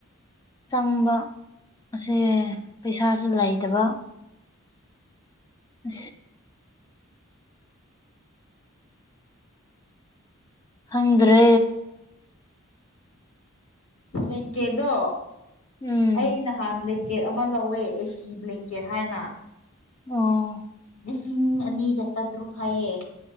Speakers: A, on the left; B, on the left.
A: ꯄꯩꯁꯥ ꯆꯪꯕ ꯑꯦ ꯄꯩꯁꯥꯁꯨ ꯂꯩꯇꯕ ꯎ ꯍꯗ꯭ꯔꯦ
B: ꯑ ꯀꯦꯗꯣ
A: ꯎꯝ
B: ꯑꯩ ꯅꯍꯥꯟ ꯕ꯭ꯂꯦꯡꯀꯦꯠ ꯑꯃ ꯂꯧꯋꯦ ꯑꯦꯁꯤ ꯕ꯭ꯂꯦꯡꯀꯦꯠ ꯍꯥꯏꯅ
A: ꯑꯣ
B: ꯂꯤꯁꯤꯡ ꯑꯅꯤꯒ ꯆꯥꯇ꯭ꯔꯨꯛ ꯍꯥꯏꯥꯏꯑꯦ